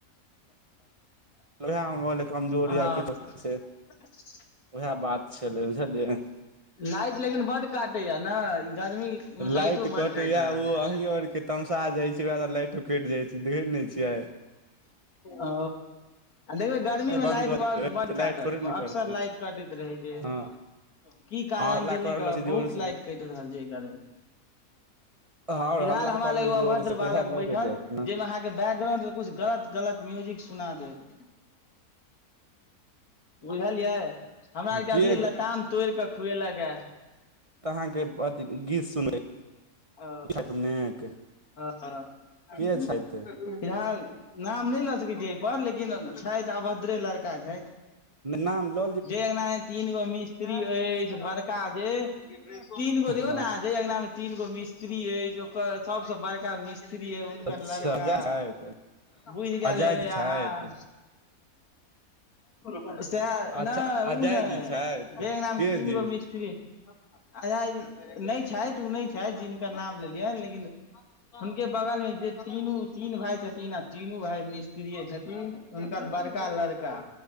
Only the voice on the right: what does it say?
उएहमे बोल कमजोर
या किछो से उएह बात छलै बुझलियै
लाइट
कटैया
ओ
अहीं आर के तमशा जाइ छियै व‌एह दुआरे लाइटो कटि जाइ छै देखै ने छियै
बंद
कऽ
देबै
तऽ
लाइट थोड़े ने
करतै
हँ
अहाँ हल्ला
करऽ
लगै छी जोर
से
आओर
हल्ला
करबै
जोर से
तऽ इएह लाइट
कटि जायत
ने
के
तऽ अहाँके अथि गीत सुनबै
अपनेक
के छथि
नाम ल
हँ
अच्छा
अजय छथि
अजय
जी छथि
अच्छा
अजय
जी छथि
के
जी